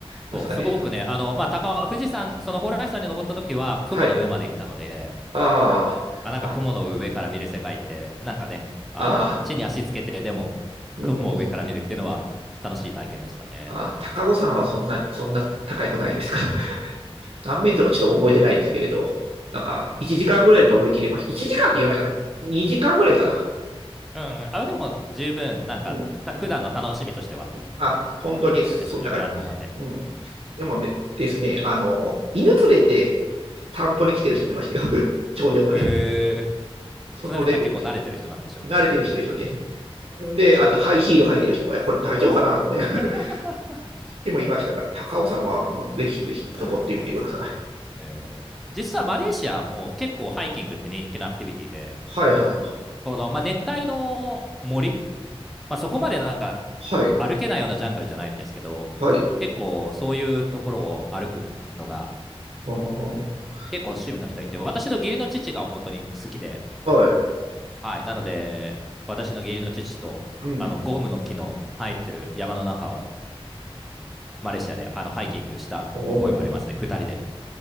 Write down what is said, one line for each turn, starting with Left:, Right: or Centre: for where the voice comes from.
Right: なんすかね。
Centre: そうすごくね、あのまあ、高富士山、その蓬莱山に登った時は雲の上まで行ったので、
Right: はい。ああ、
Centre: あなんか雲の上から見る世界って、
Right: あ、
Centre: なんかね、あの地に足つけて、
Right: ああ、
Centre: でも雲を上から見るっていうのは楽しい体験でしたね。
Right: うん。あ高尾山はそんな、そんな高くないですから。
Centre: <laughs>
Right: <laughs> 何メートルかちょっと覚えてないですけれど、なんか、1時間ぐらいで登りきりました。1時間って言わないかな。2時間ぐらいかな。
Centre: うん、あでも十分、なんかた普段の楽しみとしては
Right: うん。あ、本当に、
Centre: いいですよね、
Right: そんな感じ。
Centre: それぐらいの方がね。
Right: うん。でもね、ですね、あの、犬連れて散歩に来てる人もいましたよ。
Centre: うんうん。
Right: <laughs> 頂上まで。
Centre: え
Right: そのレベル、
Centre: ー、その人は結構慣れてる人なんでしょうね。
Right: 慣れてる人でしょうね。
Centre: うん
Right: で、あとハイヒール履いてる人も、いや、これ大丈夫かなと思いながら、
Centre: <laughs>
Right: <laughs> でもいましたから、高尾さんはぜひぜひ登ってみてください。
Centre: えー、実はマレーシアも結構ハイキングって人気のアクティビティで、
Right: はいはい。
Centre: この、まあ、熱帯の森、まあ、そこまでなんか
Right: はい。
Centre: 歩けないようなジャングルじゃないですけど、
Right: はい。
Centre: 結構そういうところを歩くのが
Right: ああ。
Centre: 結構趣味の人いて、私の義理の父が本当に好きで、
Right: はい。
Centre: はい、なので私の義理の父とあのゴムの木の生えてる山の中を
Right: うん。
Centre: マレーシアであのハイキングした覚えはありますね、
Right: おお。
Centre: 二人で。